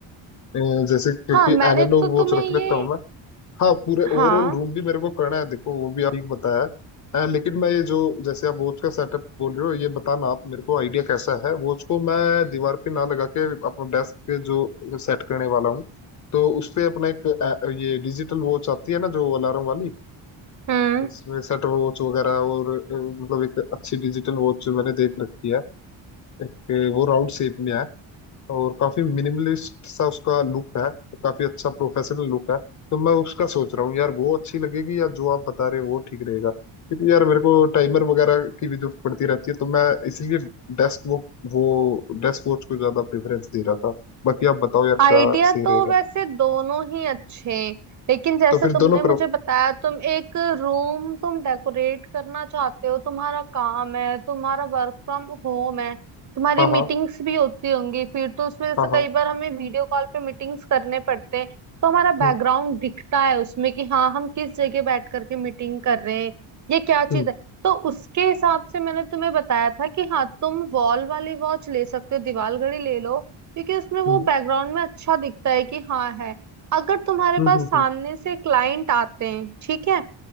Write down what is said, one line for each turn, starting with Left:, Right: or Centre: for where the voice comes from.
Left: अ, जैसे क्योंकि
Right: हाँ मैंने
Left: एनालॉग
Right: तो
Left: वॉच
Right: तुम्हें
Left: रख
Right: ये
Left: लेता हूँ मैं हाँ पूरे
Right: हाँ
Left: ओवरऑल रूम भी मेरे को करना है देखो वो भी आप ठीक बताया है अ, लेकिन मैं ये जो जैसे आप वॉच का सेटअप बोल रहे हो ये बताना आप मेरे को आइडिया कैसा है वॉच को मैं दीवार पे ना लगा के अपना डेस्क पे जो सेट करने वाला हूँ तो उस पे अपना एक अ, ये डिजिटल वॉच आती है ना जो अलार्म वाली
Right: हम्म
Left: जिसमें सेट वॉच वगैरह और अ, मतलब एक अच्छी डिजिटल वॉच मैंने देख रखी है एक वो राउंड शेप में है और काफी मिनिमलिस्ट सा उसका लुक है काफी अच्छा प्रोफेशनल लुक है तो मैं उसका सोच रहा हूँ यार वो अच्छी लगेगी या जो आप बता रहे हो वो ठीक रहेगा क्योंकि यार मेरे को टाइमर वगैरह की भी जरूरत पड़ती रहती है तो मैं इसलिए डेस्क वो वो डेस्क वॉच को ज्यादा प्रेफरेंस दे रहा था बाकी आप बताओ यार
Right: आइडिया
Left: क्या सही
Right: तो
Left: रहेगा
Right: वैसे दोनों ही अच्छे हैं लेकिन जैसे
Left: तो फिर
Right: तुमने
Left: दोनों
Right: मुझे
Left: करो
Right: बताया तुम एक रूम तुम डेकोरेट करना चाहते हो तुम्हारा काम है तुम्हारा वर्क फ्रॉम होम है तुम्हारी
Left: हाँ
Right: मीटिंग्स
Left: हाँ
Right: भी होती होंगी फिर तो उसमें जैसे
Left: हाँ हाँ
Right: कई बार हमें वीडियो कॉल पे मीटिंग्स करने पड़ते हैं तो हमारा
Left: हम्म
Right: बैकग्राउंड दिखता है उसमें कि हाँ हम किस जगह बैठ करके मीटिंग कर रहे हैं ये क्या चीज
Left: हम्म
Right: है तो उसके हिसाब से मैंने तुम्हें बताया था कि हाँ तुम वॉल वाली वॉच ले सकते हो दीवार घड़ी ले लो क्योंकि उसमें वो
Left: हम्म
Right: बैकग्राउंड में अच्छा दिखता है कि हाँ है अगर तुम्हारे
Left: हम्म
Right: पास
Left: हम्म
Right: सामने से क्लाइंट आते हैं ठीक है